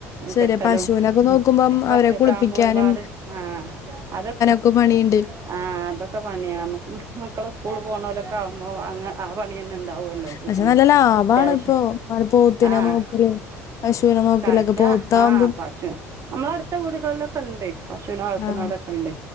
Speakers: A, on the left; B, on the right.
A: ശരിയാ
B: കെട്ടലും
A: പശുവിനൊക്കെ നോക്കുമ്പം
B: പശു
A: അവരെ കുളിപ്പിക്കാനും
B: ആവുമ്പോ ഒരുപാട് ആഹ് അതൊക്കെ
A: ക്കു പണിയ്ണ്ട്
B: ആഹ് അതൊക്കെ പണിയാ നമുക്ക് മക്കള് സ്കൂൾ പോണ പോലൊക്കെ ആവുമ്പോ അങ്ങ് ആഹ് പണി തന്നെ ണ്ടാവൂല്ലോ വീട്ടില്
A: പക്ഷെ നല്ല ലാഭാണ്
B: അത്യാവശ്യ
A: ഇപ്പൊ പോത്തിനെ
B: ആഹ്
A: നോക്കലും പശുവിനെ നോക്കലൊക്കെ
B: കാഷാ
A: പോത്താവുമ്പം
B: ആഹ് പശു നമ്മള അടുത്ത വീടുകളിലൊക്കെ ഉണ്ട് പശുവിനെ വളർത്തുന്ന
A: ആഹ്
B: ലൊക്കെ ഉണ്ട്